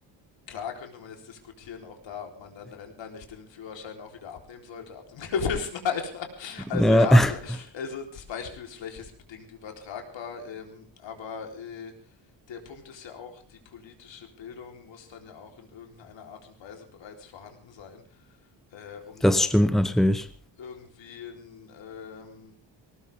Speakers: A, on the left (about 85°); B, in the centre.
A: klar könnte man jetzt diskutieren, auch da, ob man dann Rentner nicht den Führerschein auch wieder abnehmen sollte, ab einem <laughs> gewissen Alter. Also
B: Ja,
A: ja,
B: <laughs>
A: vielleicht- also das Beispiel ist vielleicht jetzt bedingt übertragbar, ähm, aber äh, der Punkt ist ja auch, die politische Bildung muss dann ja auch in irgendeiner Art und Weise bereits vorhanden sein, äh, um da
B: das
A: auch
B: stimmt natürlich.
A: irgendwie ein, ähm,